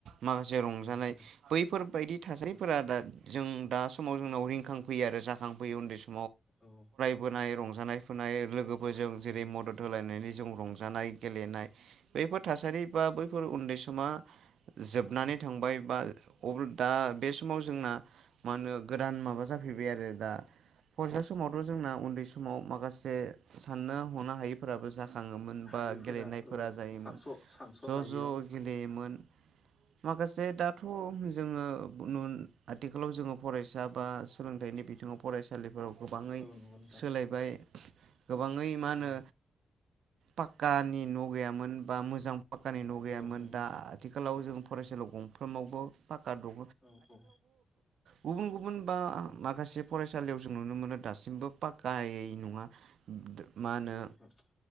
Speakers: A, on the right (about 80°); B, on the left (about 35°).
A: माखासे रंजानाय
B: गेलेबोनाय
A: बैफोरबायदि थासारिफोरा
B: औ
A: दा जों दा समाव जोंनाव रिंखांफैयो आरो जाखांफैयो उन्दै सम
B: औ
A: बोनाय रंजानाय फोनाय लोगोफोरजों
B: औ
A: जेरै
B: नंगौ
A: मदद होलायनानै जों रंजानाय गेलेनाय बैफोर थासारि बा बै फोर उन्दै समा जोबनानै
B: औ
A: थांबाय बा अ दा बे समाव जोंना मा होनो गोदान माबा जाफैबाय आरो दा फरायसा समावथ जोंना न्दैसमाव माखासे साननो हनो हायैफोराबो जा खङोमोन
B: हायैफोरा
A: बा गेलेनायफोरा
B: औ
A: जायोमोन
B: सानस' सानस'
A: ज
B: हायियाव
A: ज‌ गेलेयोमोन। माखासे दाथ जोङो आथिखालाव जोङो फरायसा बा सोलोंथाइनि बिथिङाव फरायसालिफोराव गोबाङै
B: औ नंगौ नोंथां
A: सोलायबाय गोबाङै मा होनो
B: औ
A: पाक्कानि न गैयामोन बा मोजां फाक्कानि न गैयामोन
B: औ नंगौ
A: दा
B: नोंथां
A: आथिखालाव जों फरायसालियाव
B: औ
A: गंफ्रोममाव <unintelligible> पाक्का दङ।
B: औ औ
A: गुबुन गुबुन बा माखासे फरायसालियाव जों नुनो मोनो दासिमबो फाक्कायै नङा मा
B: नंगौ‌
A: होनो
B: नंग।